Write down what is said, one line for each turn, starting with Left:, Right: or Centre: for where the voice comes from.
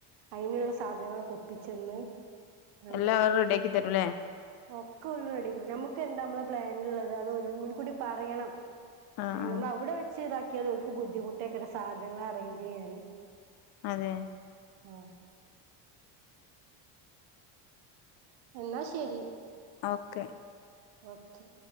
Right: അയിന്ള്ള സാധനങ്ങളൊക്കെ ഒ പ്പിച്ചെന്ന് നമ്മൾ
Left: എല്ലാം അവര് റെഡിയാക്കി തരൂല്ലേ
Right: ഒക്കെ ഓല് റെഡി ആക്കി തരും നമ്മക്ക് എന്താ നമ്മളെ പ്ലാൻ ഉള്ളത് അത് ഓല് മുൻകൂടി പറയണം
Left: ആഹ് ആഹ്
Right: നമ്മൾ അവുടെ വെച്ച് ഇതാക്കി ക്യാണ്ട് ഓൽക്ക് ബുദ്ധിമുട്ടെയ്കാരം സാധനങ്ങൾ അറേഞ്ച് ചെയ്യാൻ
Left: അതെ
Right: ആ എന്നാ ശരി
Left: ഓക്കെ
Right: ഓക്കെ